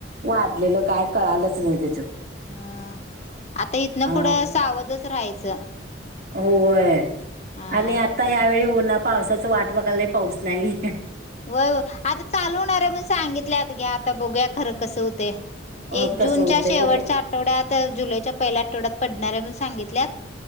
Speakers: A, on the right; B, on the left.
A: वाढलेलं काय कळालंच नाही त्याच्यात
B: हा आता इथन
A: अ
B: पुढं सावधच राहायचं
A: होय
B: हा
A: आणि आता ह्यावेेळी उन्हा पावसाच वाट बघायला नाही पाऊस नाहीे
B: होय हो आता चालू होणार आहे मण सांगितल्यात घ्या आता बघूया खरं कसं होते
A: अ
B: एक
A: कसं
B: जूनच्या
A: होतंय
B: शेवटच्या
A: बघूया
B: आठवड्यात जुलैच्या पहिल्या आठवड्यात पडणार आहे म सांगितल्यात